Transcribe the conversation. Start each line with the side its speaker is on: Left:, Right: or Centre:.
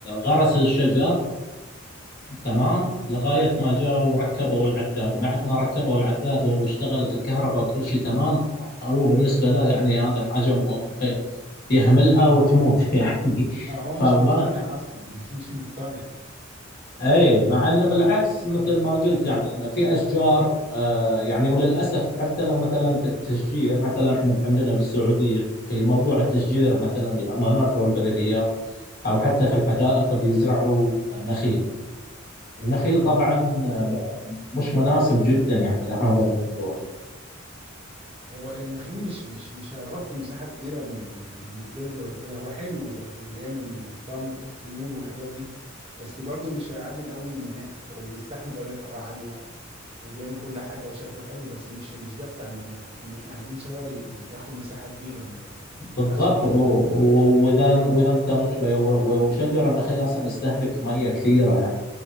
Left: غرس الشجر تمام لغاية ما جاء وركبوا العداد بعد ما ركبوا العداد واشتغلت الكهرباء وكل شيء تمام هو بالنسبة له يعني هذا الحاجة مهمة في- يهملها وتموت <laughs> يعني
Right: اه هو مش
Left: فما
Right: مقتنع اصلا <laughs> مش مقتنع
Left: اي مع انه بالعكس
Right: اه
Left: مثل ما قلت يعني انه في اشجار آه يعني وللاسف حتى لو مثلا في التشجير مثلا احنا عندنا بالسعوديه في موضوع التشجير مثلا الامانات او البلديات او حتى في الحدائق بيزرعوا آه، نخيل، النخيل طبعا آه، ب- مش مناسب جدا يعني لهذا الموضوع
Right: هو النخيل مش مش مش هيغطي مساحة كبيرة من ال... من الظل ولا كده هو حلو وب- وبيعمل تمر تمور والحاجات دي بس برضه مش هيعدل قوي من المناخ هو بيستحمل درجة حرارة عالية وبيعمل كل حاجة وشكله حلو بس مش مش ده بتاع المناخ لكن احنا عايزين شجر ي- ياخد مساحة كبيرة من ال... من البتاع
Left: بالضبط
Right: عشان يعادل
Left: و-
Right: البيئة
Left: و- واذا واذا انت مش- و- و- وشجر النخيل اصلا يستهلك ميه كثيره يعني